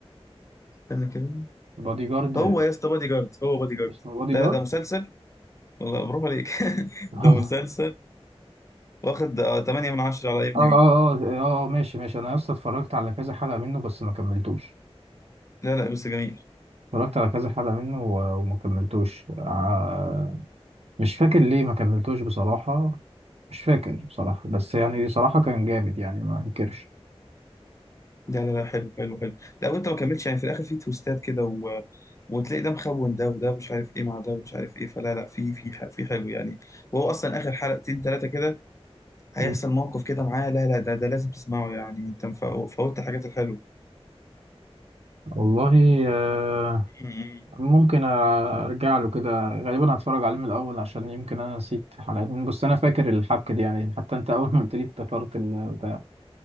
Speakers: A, on the left (about 30°); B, on the right (about 75°).
A: استنى كده
B: بادي جارد
A: هو يا اسطى بودي جارد هو بودي جارد
B: اسمه بادي
A: لا
B: جارد
A: لا ده مسلسل والله برافو عليك <laughs>
B: <laughs>
A: ده مسلسل
B: اه
A: واخد آه 8 من 10 على ام
B: اه
A: دي بي
B: اه اه ماشي ماشي انا لسه اتفرجت على كذا حلقة منه بس ما كملتوش
A: لا لا بس جميل
B: اتفرجت على كذا حلقة منه و- وما كملتوش آه، مش فاكر ليه ما كملتوش بصراحة مش فاكر بصراحة بس يعني صراحة كان جامد يعني ما انكرش
A: لا لا لا حلو حلو حلو لا وانت ما كملتش يعني في الاخر في تويستات كده و... وتلاقي ده مخون ده وده مش عارف ايه مع ده ومش عارف ايه فلا لا في في ح- في حلو يعني وهو اصلا اخر حلقتين ثلاثه كده هيحصل
B: مم.
A: موقف كده معاه لا لا ده ده لازم تسمعه يعني انت مف- فوتت الحاجات الحلوه
B: والله آه،
A: مم.
B: ممكن ارجع له كده غالبا هتفرج عليه من الاول عشان يمكن انا نسيت حلقات من بس انا فاكر الحبكة دي يعني حتى انت اول ما قلت لي افتكرت البتاع